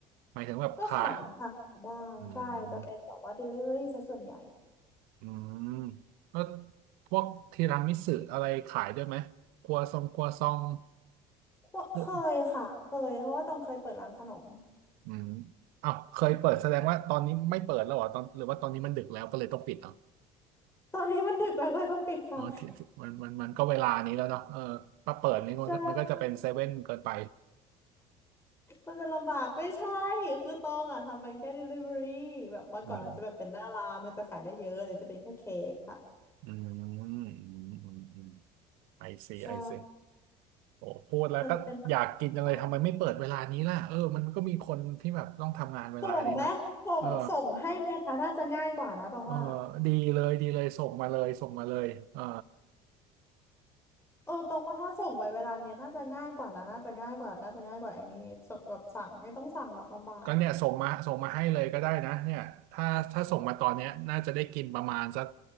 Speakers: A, on the right; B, on the left.
A: หมายถึงแบบขาย
B: ก็ขายค่ะขายบ้างใช่จะเป็นแบบว่า
A: อืม
B: delivery ซะส่วนใหญ่
A: อืมแล้วพวกทีรามิสุอะไรขายด้วยไหมครัวซองครัวซอง
B: ว่าเคยค่ะเคยเพราะว่าตองเคยเปิดร้านขนม
A: พวกอืมอ้าวเคยเปิดแสดงว่าตอนนี้ไม่เปิดแล้วเหรอตอนหรือว่าตอนนี้มันดึกแล้วก็เลยต้องปิดเหรอ
B: ตอนนี้มันดึกแล้วก็เลยต้องปิดค่ะ
A: อ๋อที่ที่มันมันมันก็เวลานี้แล้วเนาะเออถ้าเปิดนี่มันก็มันก็จะเป็นเซเว่นเกินไป
B: ใช่ มันจะลำบากไม่ใช่คือตองอ่ะทำมันแค่ delivery แบบเมื่อก่อนมันจะแบบเป็นหน้าร้านมันจะขายได้เยอะเดี๋ยวจะเป็นแค่เค้กค่ะ
A: อืมอืมอืมอืมอืมไอซีไอซี
B: ใช่
A: โอ้พูดแล้วก็อยากกินจังเลยทำไมไม่เปิดเวลานี้ล่ะเออมันก็มีคนที่แบบต้องทำงานเวลานี้เนาะเออ
B: มันจะเป็นแบบว่าส่งไหมส่งส่งให้ไหมคะน่าจะง่ายกว่านะตองว่า
A: เออดีเลยดีเลยส่งมาเลยส่งมาเลยเออ
B: เออตองว่าถ้าส่งไปเวลาเนี้ยน่าจะง่ายกว่านะน่าจะง่ายกว่าน่าจะง่ายกว่าไอ้นี่ส่งแบบสั่งไม่ต้องสั่งหรอกลำบาก
A: ก็เนี่ยส่งมาส่งมาให้เลยก็ได้นะเนี่ยถ้าถ้าส่งมาตอนเนี้ยน่าจะได้กินประมาณสัก